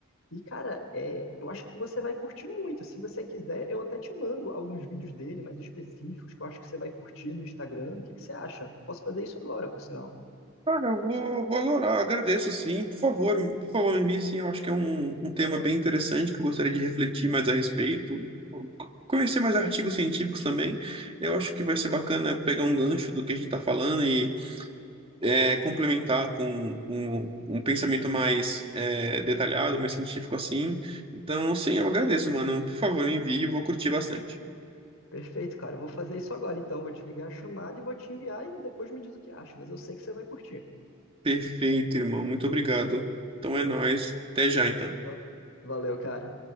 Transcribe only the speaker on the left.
E, cara, é, eu acho que você vai curtir muito. Se você quiser, eu até te mando alguns vídeos dele mais específicos que eu acho que você vai curtir no Instagram. O que é que você acha? Posso fazer isso agora, por sinal.
Perfeito, cara. Eu vou fazer isso agora, então. Vou desligar a chamada e vou te enviar e depois me diz o que acha. Mas eu sei que você vai curtir.
Va- Valeu, cara.